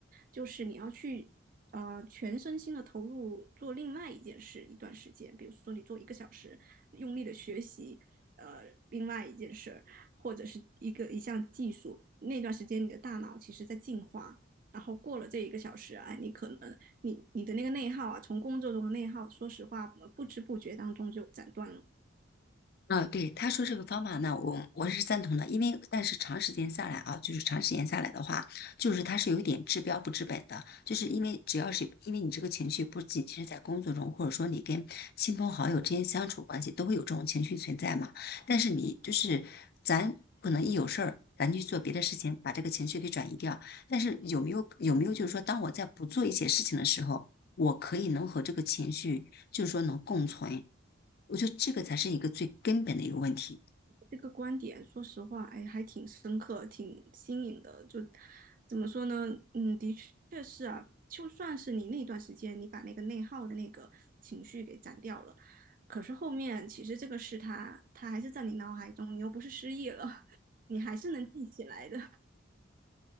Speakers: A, on the right; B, on the left.
A: 就是你要去。呃全身心的投入做另外一件事一段时间，比如说你做一个小时，用力的学习，呃，另外一件事儿，或者是一个一项技术，那段时间你的大脑其实在进化，然后过了这一个小时啊，你可能你你的那个内耗啊，从工作中的内耗，说实话不知不觉当中就斩断了。
B: 啊，对，他说这个方法呢，我我是赞同的，因为但是长时间下来啊，就是长时间下来的话，就是它是有一点治标不治本的，就是因为只要是因为你这个情绪不仅是在工作中，或者说你跟亲朋好友之间相处关系都会有这种情绪存在嘛，但是你就是咱可能一有事儿。咱去做别的事情，把这个情绪给转移掉。但是有没有有没有就是说，当我在不做一些事情的时候，我可以能和这个情绪就是说能共存，我觉得这个才是一个最根本的一个问题，
A: 这个观点，说实话，哎，还挺深刻，挺新颖的。就怎么说呢？嗯，的确是啊。就算是你那段时间，你把那个内耗的那个情绪给斩掉了，可是后面其实这个事它，它还是在你脑海中，你又不是失忆了，<laughs> 你还是能记起来的，